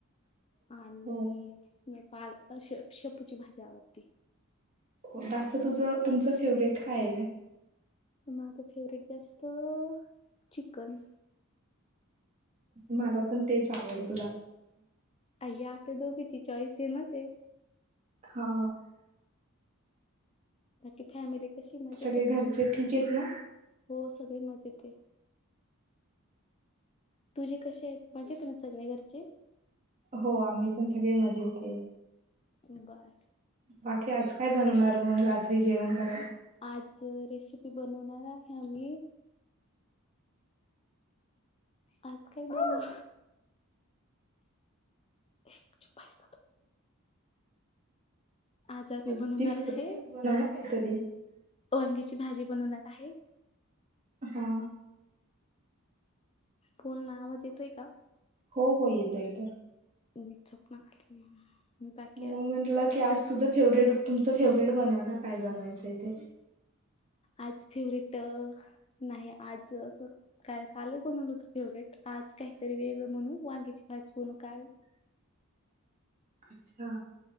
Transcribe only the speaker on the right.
हो
हो जास्त तुझं तुमचं फेवरेट काय
मला पण तेच आवडत
हो
सगळे
घरचे
ठीक आहेत ना?
हो आम्ही पण सगळे मजेत येत
बाकी आज काय बनवणार मग रात्री जेवण करा
तुझी
फेवरेटच
बनव ना काहीतरी.
हा
हो हो येतं येत
म
म्हणटला की अस तुझं फेवर्हेट तुमचं फेवरेट बनवा ना काय बनवायचं आहे ते
हा अच्छा